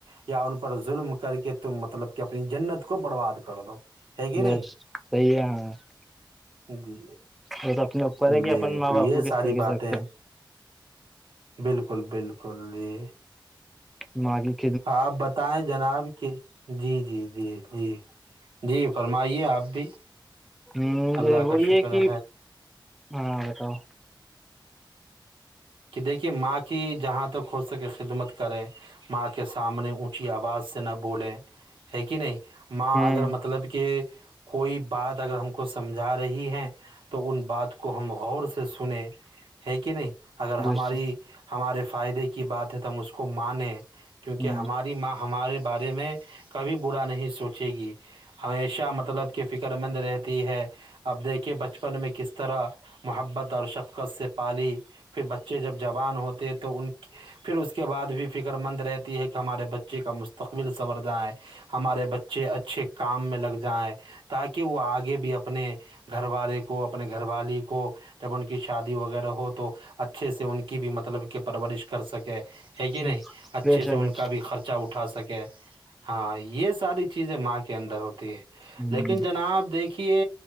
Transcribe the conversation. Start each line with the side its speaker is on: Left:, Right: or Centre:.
Right: یا ان پر ظلم کر کے تم مطلب کہ اپنی جنت کو برباد کر دو ہے کہ
Centre: بس
Right: نہیں
Centre: صی ہے ہاں <unintelligible>
Right: جی
Centre: وہ تو اپنے اوپر ہے
Right: جی
Centre: کہ اپن ماں
Right: تو
Centre: باپ
Right: یہ
Centre: کو کس
Right: ساری
Centre: طریقے
Right: باتیں
Centre: سے رکھتے
Right: بالکل بالکل جی
Centre: مگی <unintelligible>
Right: آاںپ بتائیں جناب کہ <unintelligible> جی جی جی جی جی فرمائیے آپ بھی
Centre: ہ
Right: اللہ
Centre: وہ
Right: کا شکر
Centre: یہ ہے کہ ہاں بتاؤ <unintelligible>
Right: کہ دیکھیے ماں کی جہاں تک ہو سکے خدمت کرے ماں کے سامنے اونچی آواز سے نہ بولیں ہے کہ نہیں ماں
Centre: ہوں
Right: اگر مطلب کہ کوئی بات اگر ہم کو سمجھا رہی ہے تو ان بات کو ہم غور سے سنیں ہے کہ نہیں اگر ہماری
Centre: بس
Right: ہمارے فائدے کی بات ہے تو ہم اس کو مانیں کیونکہ
Centre: ہ
Right: ہمارے ماں ہمارے بارے میں کبھی برا نہیں سوچے گی ہمیشہ مطلب کی فکر مند رہتی ہے اب دیکھے بچپن میں کس طرح محبت اور شفقت سے پالی پھر بچے جب جوبان ہوتے تو ان <unintelligible> پھر اس کے بعد بھی فکر مند رہتی ہے کہ ہمارے بچے کا مستقبل سنور ج ہے <unintelligible> ہمارے بچے اچھے کام میں لگ جائائےیں تاکہ وہ آگے بھی اپنے گھر والے کو اپنے گھر والی کو جب ان کی شادی وغیرہ ہو تو اچھے سے ان کی بھی مطلب کہ پرورش کر سکے ہے کہ
Centre: بش
Right: نہیں اچھے
Centre: بش ہوں
Right: سے ان کا بھی خرچہ اٹھا سکے ہاں یہ ساری چیزیں ماں کے اندر ہوتی ہے
Centre: ہ
Right: لیکن جناب دیکھیے